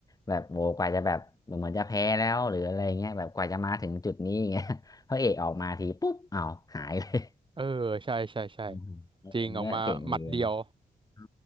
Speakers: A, on the left (about 20°); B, on the right (about 30°).
A: แบบโอ้กว่าจะแบบเหมือนจะแพ้แล้วหรืออะไรเงี้ยแบบกว่าจะมาถึงจุดนี้อย่างเงี้ย <laughs> พระเอกออกมาทีปุ๊บอ้าวหายเลย
B: เออใช่ใช่ใช่
A: อืม <laughs> เออเนี่ยเจ๋งดี
B: จริงออกมาหมัดเดียว
A: อ๋อ